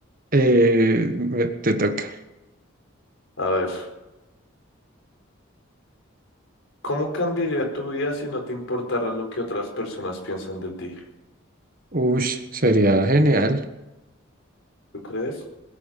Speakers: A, on the right (about 45°); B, on the left (about 70°).
A: Eh, me- te toca.
B: A ver, ¿cómo cambiaría tu vida si no te importara lo que otras personas piensan de ti?
A: Ush, sería genial.
B: ¿Tú crees?